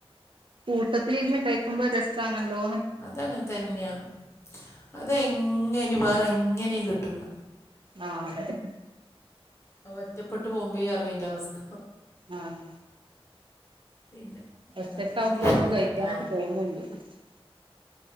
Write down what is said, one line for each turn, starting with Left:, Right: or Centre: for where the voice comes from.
Right: കൂട്ടത്തിലിരുന്ന്കഴിക്കുമ്പോ രസാണല്ലോ
Left: അതങ്ങൻതന്നെയാ അതെങ്ങ വേറെ ങ്ങനിം കിട്ടൂല
Right: ആഹ് അതെ
Left: ആ ഒറ്റപ്പെട്ട് പോകുമ്പോ അറിയാം അയിന്റെ അവസ്ഥ
Right: ആഹ്
Left: പിന്നെ
Right: ഒറ്റക്കാവുമ്പോ
Left: എന്നാ പിന്നെ പിന്നെ
Right: ഒന്നും
Left: വിളിക്കകട്ടാ
Right: കഴിക്കാനായിട്ട് <unintelligible>